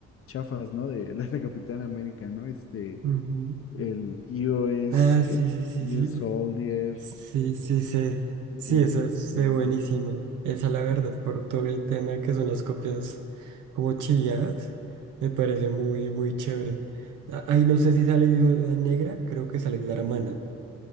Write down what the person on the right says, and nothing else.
Ujú.
Ah,
sí, sí, sí,
sí.
Sí, sí, sé.
Sí, esa es
eh, buenísima. Esa, la verdad, por todo el tema de que son las copias como chiviadas, me parece muy, muy chévere. Ah, Ay, no sé si sale Viuda Negra, creo que sale la hermana